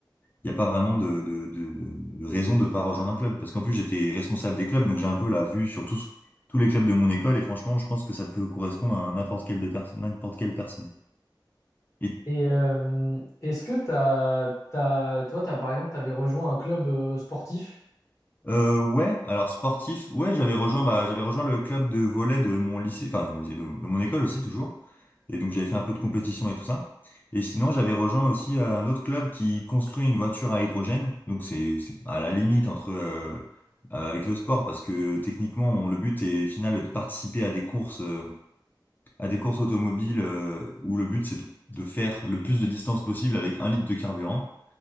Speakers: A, on the left; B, on the left.
A: il y a pas vraiment de, de, de, de de raison de pas rejoindre un club. Parce qu'en plus j'étais responsable des clubs, donc j'ai un peu la vue sur tous, tous les clubs de mon école, et franchement je pense que ça peut correspondre à n'importe quelle de perso- n'importe quelle personne. Et
B: Et euh, est-ce que t'as, t'as- toi, t'as, par exemple, tu avais rejoint un club euh, sportif?
A: Euh, ouais, alors sportif, ouais, j'avais rejoint, bah, j'avais rejoint le club de volley de mon lycée, enfin de mon lycée, de, de mon école aussi toujours. Et donc j'avais fait un peu de compétition et tout ça. Et sinon, j'avais rejoint aussi euh, un autre club qui construit une voiture à hydrogène. Donc c'est c'est à la limite entre euh, euh, avec le sport parce que techniquement, on- le but est final de participer à des courses, euh, à des courses automobiles euh, où le but c'est de, de faire le plus de distance possible avec un litre de carburant.